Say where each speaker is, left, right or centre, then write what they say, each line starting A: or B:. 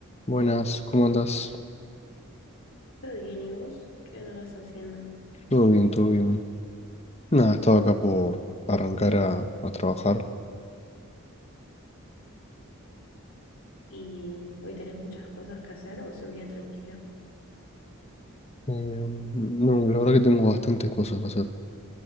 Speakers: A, on the left; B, on the left.
A: Buenas, ¿cómo andas?
B: Todo bien, ¿y vos? ¿Qué andabas haciendo?
A: Todo bien, todo bien. Nada, estaba acá por arrancar a, a trabajar.
B: ¿Y hoy tenés muchas cosas que hacer o es un día tranquilo?
A: Eh, no, la verdad que tengo bastantes cosas que hacer.